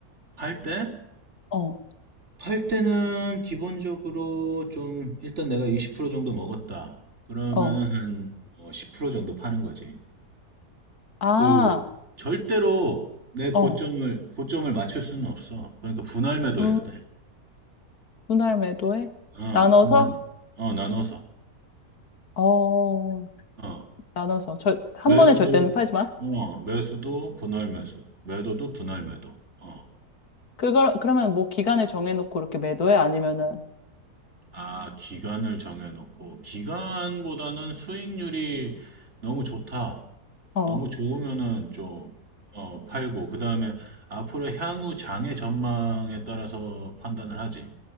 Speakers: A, on the right (about 45°); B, on the left (about 80°).
A: 팔 때?
B: 어,
A: 팔 때는 기본적으로 좀, 일단 내가 20% 정도 먹었다. 그러면은
B: 어.
A: 한10% 정도 파는 거지.
B: 아,
A: 그, 절대로 내 고점을,
B: 어.
A: 고점을 맞출 수는 없어. 그러니까 분할 매도해야
B: 음.
A: 돼.
B: 분할 매도에
A: 어, 어,
B: 나눠서
A: 분할, 매도. 어, 나눠서.
B: 어
A: 어,
B: 나눠서 절, 한
A: 매수도,
B: 번에 절대는 팔지 마.
A: 어, 매수도 분할 매수. 매도도 분할 매도. 어,
B: 그걸 그러면 뭐 기간을 정해놓고 이렇게 매도해 아니면은
A: 아, 기간을 정해놓고, 기간보다는 수익률이 너무 좋다.
B: 어
A: 너무 좋으면은 좀 어, 팔고 그다음에 앞으로 향후 장의 전망에 따라서 판단을 하지.